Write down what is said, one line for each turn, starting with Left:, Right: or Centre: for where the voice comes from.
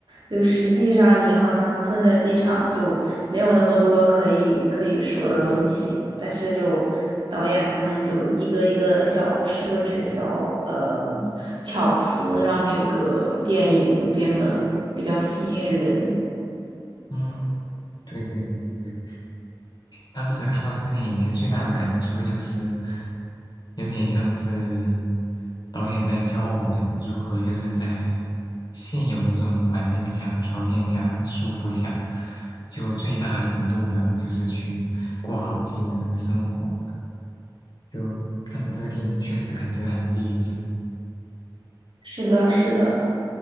Right: 就实际上，你好像困在机场，就没有那么多可以可以说的东西，但是就导演他们就一个一个的小设置、小呃巧思，让这个电影就变得比较吸引人。
Left: 嗯，对对对对对。当时看到这个电影，其实最大的感触就是，有点像是导演在教我们如何就是在现有的这种环境下、条件下、束缚下，就最大程度的就是去过好自己的那个生活。就看到这个电影，确实感觉很励志。
Right: 是的，是的。